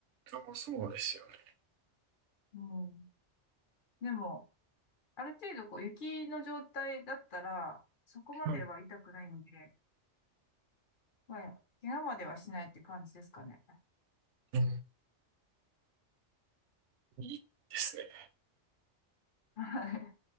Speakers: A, on the right; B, on the left.
A: あ、そうですよね。
B: うん。でも、ある程度こう雪の状態だったら、そこまでは痛くないんで、
A: はい。
B: まあ、怪我まではしないって感じですかね。
A: うん、いいですね。
B: はい。